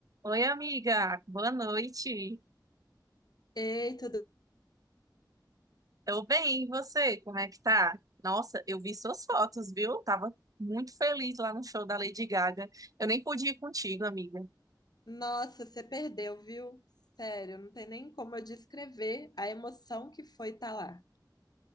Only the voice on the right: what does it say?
Oi, amiga, boa noite.
Tô bem, e você? Como é que tá? Nossa, eu vi suas fotos, viu? Tava muito feliz lá no show da Lady Gaga. Eu nem pude ir contigo, amiga.